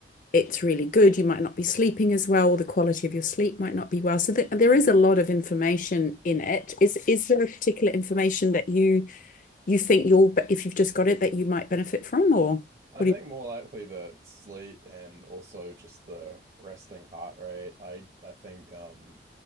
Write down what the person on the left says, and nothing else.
it's really good. You might not be sleeping as well, the quality of your sleep might not be well. So th there is a lot of information in it. Is is there a particular information that you you think you'll if you've just got it that you might benefit from, or
what
do you